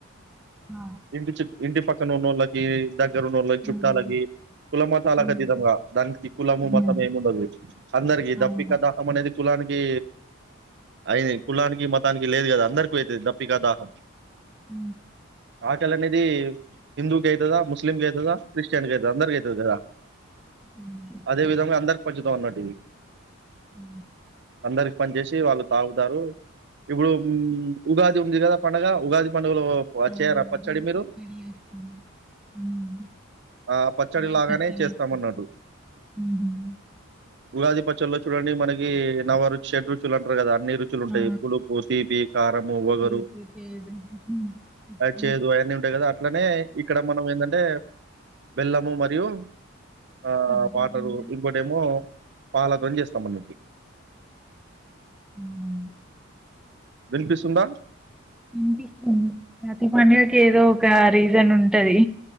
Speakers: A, in the centre; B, on the right.
A: ఆ
B: ఇంకా చె ఇంటి పక్కన ఉన్నళ్ళకి దగ్గరు నళ్ళ చుట్టాలకి
A: ఆహా.
B: కుల మతాలకుతదంగా
A: ఉమ్.
B: దానికి కులము
A: ఉమ్.
B: మతం ఏమి ఉండదు అందరికీ
A: అవును
B: దప్పిక దాహం అనేది కులానికి అయిన కులానికి మతానికి లేదు కదా అందరికి అయితుంది దప్పిక దాహం
A: హ
B: ఆకలి అనేది హిందూ గైతుదా ముస్ ముస్లిం అవుతు క్రిటిన్కి అతు అందకి అతు కా
A: ఉమ్.
B: అదే విధంగా అందరి ఖచ్చతం అన్నటివి
A: ఉ
B: అందరికి పని చేేసి వాళ్ళు తాగుతారు ఇప్పుడు ఉగాది ఉంది కదా పండగ ఉగాది ప
A: ఆ
B: చేయ పచ్చడి
A: ఉగాది
B: మీరు
A: చేస్తాం ఉమ్.
B: ఆ పచ్చడి
A: ఉగాది
B: లాగానే
A: పచ్చడి
B: చేస్తామన్నాడు
A: చేస్తాం ఉమ్.
B: ఉగాది పచ్చల్లో చూడండి మనకి నవరుషడ్ చేడురుచుల్ అంటారు కదా అన్ని రు ఉంటాయి
A: ఆ
B: ఎ పులుపు తీపి కారము వగరు
A: పులుపు చేదు ఉమ్.
B: చేదు
A: ఉప్పు
B: అవన్నీ ఉంటాయి కదా అట్లానే ఇక్కడ మనం ఏంటంటే బెల్లము మరియు ఆ
A: సబ్జా
B: వాటరు
A: గింజలు
B: ఇంకోటి ఏమో పళ్లతో చేస్తామ అన్నట్టి
A: అవునా
B: విన్పిస్తుందా
A: వినిపిస్తుంది ప్రతి పండుగకు ఏదో ఇ రీజన్ ఉంటది